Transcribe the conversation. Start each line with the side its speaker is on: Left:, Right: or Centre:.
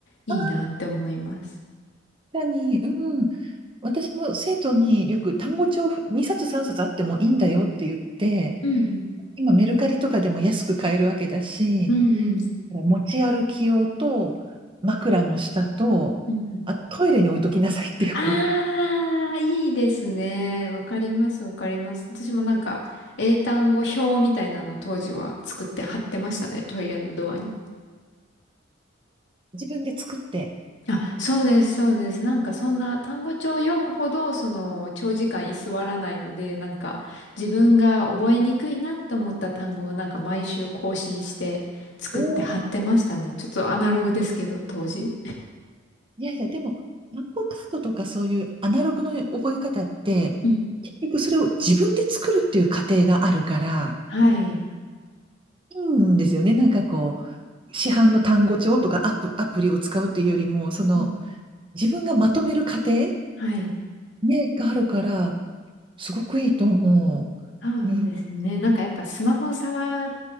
Left: いいなって思います。
Right: ああ、確かに、うん。私も生徒によく単語帳2冊3冊あってもいいんだよって言って、
Left: うん
Right: 今メルカリとかでも安く買えるわけだし、
Left: うんうんうん。
Right: 持ち歩き用と、枕の下と、
Left: うんうん
Right: あ、トイレに置いときなさいってよく。
Left: ああ、いいですね。わかります、わかります。私もなんか、英単語表みたいなの当時は作って貼ってましたね、トイレのドアに。
Right: 自分で作って。
Left: あ、そうです、そうです。なんかそんな単語帳を読むほど、その、長時間居座らないので、なんか、自分が覚えにくいなと思った単語をなんか毎週更新して作って貼ってましたね。
Right: おー
Left: ちょっとアナログですけど、当時。
Right: いやいや、でも、暗号カードとかそういうアナログの覚え方って、
Left: うん。
Right: 結局それを自分で作るっていう過程があるから、
Left: はい。
Right: いいんですよね。なんかこう、市販の単語帳とかアプ、アプリを使うっていうよりも、その、
Left: うん
Right: 自分がまとめる過程、
Left: はい。
Right: ね、があるから、すごくいいと思
Left: そうですね。
Right: う。うん。
Left: なんかやっぱスマホ触っ